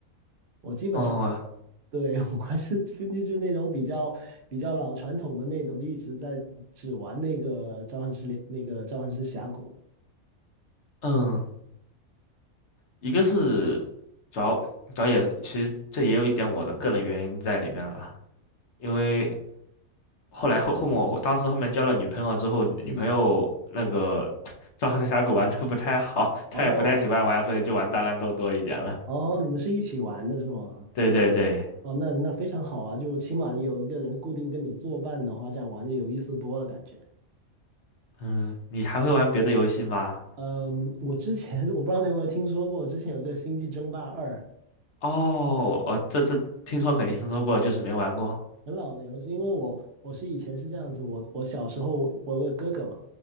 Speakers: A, on the right (about 55°); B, on the left (about 60°).
A: 我基本上
B: 哦，
A: 对 <laughs> 我还是就就那种比较比较老传统的那种，一直在只玩那个召唤师那个召唤师峡谷。
B: 嗯，一个是主要主要也其实这也有一点我的个人原因在里面了，因为后来后后面我当时后面交了女朋友之后，女朋友那个召唤师峡谷玩的不太好，
A: 嗯，
B: 她也不太喜欢玩，
A: 哦
B: 所以就玩大乱斗多一点了。
A: 哦，你们是一起玩的是吗？
B: 对对对。
A: 哦，那那非常好啊，就起码你有一个人固定跟你作伴的话，这样玩就有意思多了，感觉。
B: 嗯，你还会玩别的游戏吗？
A: 嗯，嗯，我之前 <laughs> 我不知道你有没有听说过，之前有个《星际争霸二》，
B: 哦，我这这听说肯定听说过，就是没玩过。
A: 很老的游戏。因为我我是以前是这样子，我我小时候我有个哥哥嘛，